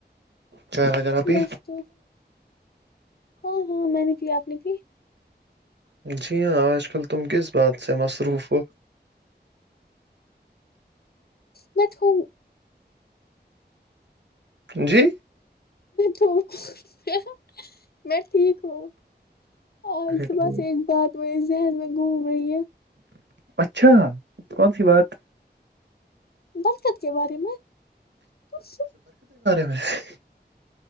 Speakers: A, on the right; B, on the left.
A: چ ویرہ بھی
B: بس تو ہاں ہاں میں نے پ آپ نے پ
A: جی ہاں آج کل تم کس بات سے مصروف ہو
B: میںٹوں
A: جی
B: تو <unintelligible> میں ٹھیک ہوں آج
A: اچھا ٹھیک
B: صبحس ایک بات میرے ذہن میں گھوم رہی ہے
A: اچھا کون سی بات
B: دغلکت کے بارے میں س
A: ہ <unintelligible>